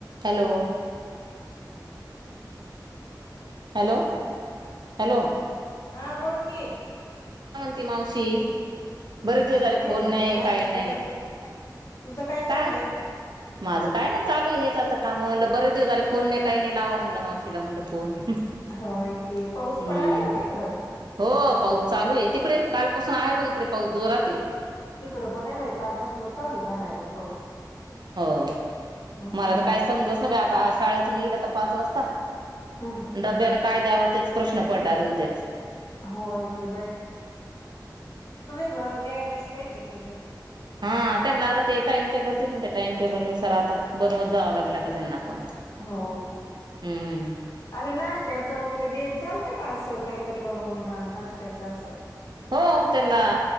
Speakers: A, on the right; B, on the left.
A: Hello hello hello
B: हा बोल की
A: अतिमावशी बरे दिवस
B: काय
A: झाले फोन
B: बघ
A: नाही
B: निवांत
A: काय
B: तुझं
A: नाही
B: तुझं चाललंय?
A: काय माझं काय नाही चालू हेच आता काम म्ह बरे दिवस आले फोन नाही काही नाही लावां म्हणलं मावशीला म्हणलं फोन हम्म
B: होय की पाऊस पडायलाय का तिकडं?
A: हो पाऊस चालू आहे तिकडे कालपसून आहे बघ इकडे पाऊस जोरात
B: हकडं पण आहे बाई कालपासूनच चालू झालाय ब पाऊस
A: होय
B: हम्म
A: मला तर काय समजत ना बा आता शाळेतून येईलता पाच वाजता
B: हम्म
A: डब्याला काय द्यावं तेच प्रश्न पडला आता उद्याच
B: होय की थोडं न्या नस पाहिजे कीर
A: हा त्यांना आता ते टाइम टेबल त त्या टाइम टेबल नुसार आता बनवत जावं लागेल त्यांना पण
B: हो
A: हम्म
B: आणि नाशत्याच वगरे दे चालतं का असं काहीतरी बाबा म्हणा नाश््याचं असं
A: हो त्यांना